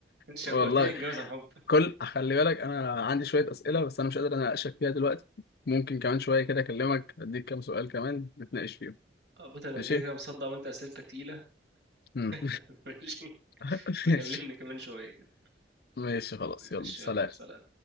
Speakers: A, on the right (about 75°); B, on the left (about 60°).
A: شوقتني
B: والله
A: اتجوز عن حب
B: كل خلي بالك انا عندي شويه اسئله بس انا مش قادر اناقشك فيها دلوقتي ممكن كمان شويه كده اكلمك اديك كام سؤال كمان نتناقش فيهم
A: اه بطل انا
B: ماشي
A: كده كده مصدع وانت اسئلتك تقيله
B: مم.
A: <laughs> ماشي
B: <laughs>
A: بكلمني
B: ماشي
A: كمان شويه كده
B: ماشي خلاص
A: ماشي
B: يلا سلام
A: يلا سلام